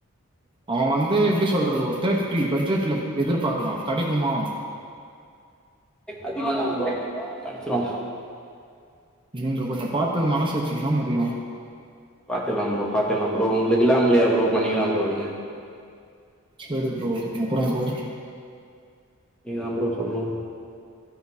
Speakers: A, on the right (about 20°); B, in the centre.
A: அவே வந்து எப்டி சொல்றது ஒரு தேர்ட்டி பட்ஜெட்ல எதிர்பாக்குறா கெடைக்குமா
B: அதிக சம்பளோ கடச்சிடு
A: நீங்க கொஞ்சோ பாத்து மனசு வச்சீங்கன்னா முடியு
B: பாத்துக்லா ப்ரோ பாத்துக்லா ப்ரோ உங்களுக்கு இல்லாமிலியா ப்ரோ பண்ணிக்லா ப்ரோ அடிங்க
A: சேரி ப்ரோ அப்பறோ ப்ரோ
B: நீங்க தா ப்ரோ சொல்லணு